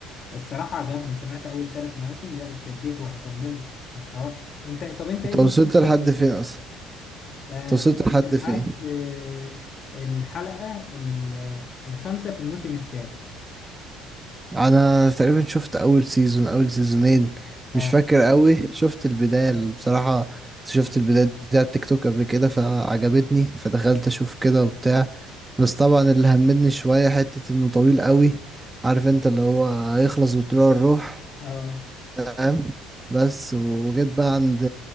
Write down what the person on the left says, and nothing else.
الصراحه عجبني سمعت اول ثلاث مواسم لا اتشديت وهكمله مش هوقف انت طب انت ايه
المسلسل
اللي سمعته
آه،
وصلت
لحد
آه، الحلقة ال- الخامسة في الموسم الثالث
اه
اه
اه